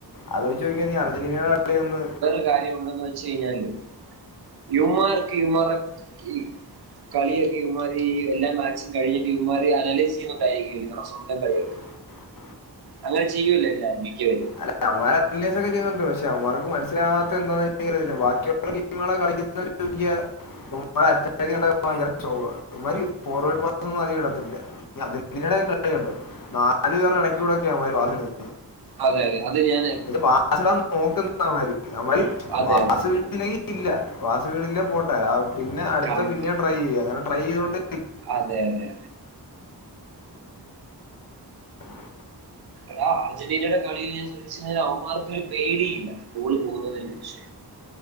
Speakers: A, on the left; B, on the right.
A: ആലോചിച്ച് നോക്കിയെ നീ അർജന്റീനന്റെ കളി ഒന്ന്
B: ഒരു കാര്യമുണ്ടന്ന് വെച്ച് കഴിഞ്ഞാല് ഇവന്മാർക്ക് ഇവന്മാരെ കളി കളിയൊക്കെ ഇവന്മാർ ഈ എല്ലാ മാച്ചും കഴിഞ്ഞിട്ട് ഇവന്മാർ അനലൈസ് ചെയ്യുന്നുണ്ടായിരിക്കല്ലവിടെ സ്വന്തം കളിയൊക്കെ
A: <unintelligible>
B: അങ്ങനെ ചെയ്യൂലെ എല്ലാരും മിക്കവരും
A: അല്ലെ അവന്മാര് അനലൈസൊക്കെ ചെയ്യുന്നുണ്ട് പക്ഷെ അവന്മാർക്ക് മനസ്സിലാവാത്ത എന്താ ബാക്കിയീറ്റിങ്ങള കളിക്കുന്ന് <unintelligible> <unintelligible> അർജന്റീനയുടെ കളി കണ്ടോ നാല് പേർ ഇടയ്ക്കൂടെ ഒക്കെയാ അവന്മാര് പാസ് ചെയ്യുന്ന്
B: അതെ അതെ അത് ഞാന്.
A: അവര് മാക്സിമം നോക്കുന്നുഉണ്ടായിരിക്കും യമാലി <unintelligible>
B: അതെ അതെ അതെ
A: ഇല്ല വാസ് വീണില്ല പോട്ടെ പിന്നെ അടുത്ത
B: കറക്റ്റ്
A: പിന്നെയ ട്രൈ ചെയ്യ അങ്ങനെ ട്രൈ ചെയ്ത കൊണ്ട്.
B: അതെ അതെ
A: <unintelligible>
B: ടാ അർജന്റീനയുടെ കളി ഞാൻ ശ്രദ്ധിച്ച അര്ജന്റീന കളി അവമാർക്ക് ഒരു പേടി ഇല്ല ഗോൾ പോകുന്നതിനെ കുറിച്ച്.